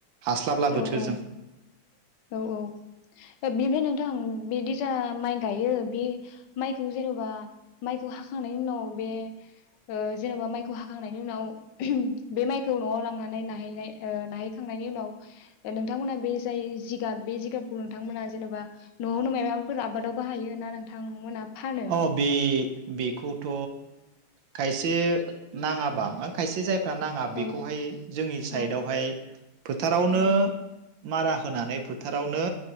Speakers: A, on the right; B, on the left.
A: हास्लाब्ला
B: औ
A: बोथोरजों
B: औ औ औ बि बि नोंथां। बिदि जा माइ गायो बे माइखौ जेनेबा माइखौ हाखांनायनि उनाव बे ओ जेनेबा माइखौ हाखांनायनि उनाव बे माइखौ नआव लांनानैै ओ नाहैखांनायनि उनाव नोंथांमोना बे जाय जि बे जिगाबखौ नोंथांमोना जेनेबा नआवनो मायाबाफोर आबादावबो हायो ना नोंथांमोना फानो
A: औ बे बेखौथ' खायसे नाङाबा मा खायसे जाय नाङा बेखौहाय
B: औ
A: जोंनि साइदआवहाय
B: औ
A: फोथारावनो
B: औ
A: मारा होनानै फोथारावनो